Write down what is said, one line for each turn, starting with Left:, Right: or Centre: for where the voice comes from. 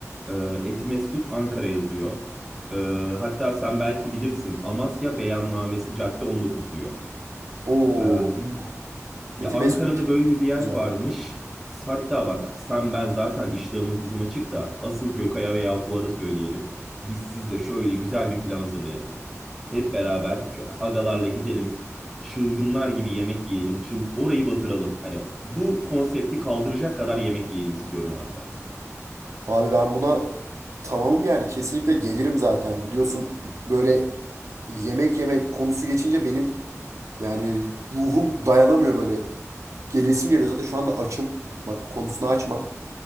Centre: Ee, Etimesgut Ankara yazıyor. Ee, hatta sen belki bilirsin. Amasya Beyannamesi Cadde 19 diyor.
Right: Oo
Centre: Ee,
Right: bilmem.
Centre: ya
Right: Eti
Centre: Ankara'da
Right: meskut
Centre: böyle bir yer
Right: uzak.
Centre: varmış. Hatta bak sen ben zaten iştahımız bizim açık da asıl Gökay'a ve Yakup'a da söyleyelim. Biz sizde şöyle güzel bir plan hazırlayalım. Hep beraber şu agalarla gidelim. Çılgınlar gibi yemek yiyelim. Çıl orayı batıralım. Hani bu konsepti kaldıracak kadar yemek yiyelim istiyorum abi. ben.
Right: Abi ben buna tamamım yani kesinlikle gelirim zaten. Biliyorsun böyle yemek yemek konusu geçince benim yani ruhum dayanamıyor böyle. Gelesim geliyor zaten şu anda açım. Bak konusunu açma.